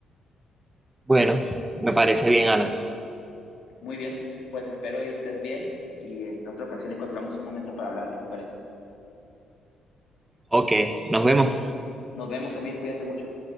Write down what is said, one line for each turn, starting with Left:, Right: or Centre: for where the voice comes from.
Right: bueno, me parece bien, Alan.
Left: Muy bien, pues espero y estés bien y en otra ocasión encontramos un momento para hablar, ¿qué te parece?
Right: Ok, nos vemos.
Left: Nos vemos, Emil, cuídate mucho.